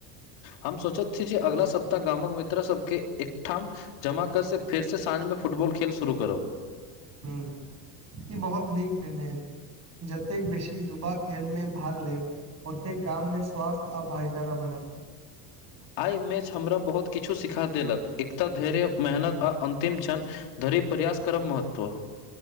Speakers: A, on the left; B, on the right.
A: हम सोचैत छी जे अगेला सप्ताह गामक मित्र सबके एकठाम। जमा कर से फेर स साँझमे फुटबॉल खेल शुरू करब।
B: हूम ई बहुत नीक निर्णय अछि। जतेक बेसी युवा खेलमे भाग लैत। ओते गाम में स्वास्थ्य आ भाईचारा बढ़त।
A: आ मैच हमरा बहुत किछु सिखा देलक एकता धेर्य मेहनत आ अंतिम क्षन। धयरी प्रयास करब महत्व।